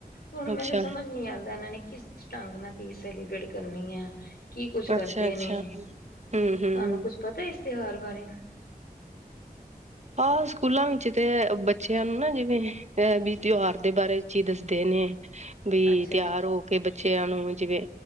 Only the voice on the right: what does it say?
ਅੱਛਾ
ਅੱਛਾ-ਅੱਛਾ,
ਹੂੰ-ਹੂੰ।
ਹਾਂ ਸਕੂਲਾਂ ਵਿੱਚ ਤੇ ਬੱਚਿਆਂ ਨੂੰ ਨਾ ਜਿਵੇਂ ਇਹ ਵੀ ਤਿਉਹਾਰ ਦੇ ਬਾਰੇ 'ਚ ਹੀ ਦੱਸਦੇ ਨੇ। ਵੀ
ਤਿਆਰ
ਹੋ ਕੇ ਬੱਚਿਆਂ ਨੂੰ ਜਿਵੇਂ